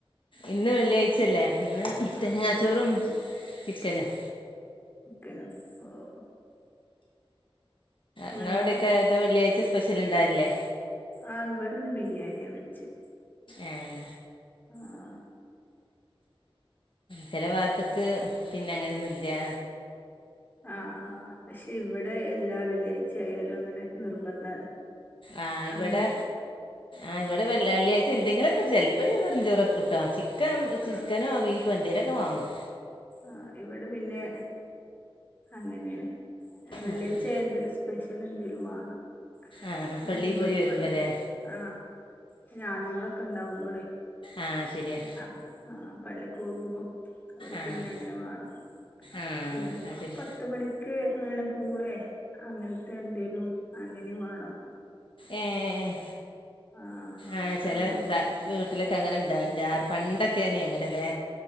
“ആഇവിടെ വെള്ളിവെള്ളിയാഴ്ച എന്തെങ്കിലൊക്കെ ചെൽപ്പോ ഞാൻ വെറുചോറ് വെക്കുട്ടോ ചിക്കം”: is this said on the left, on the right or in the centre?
Left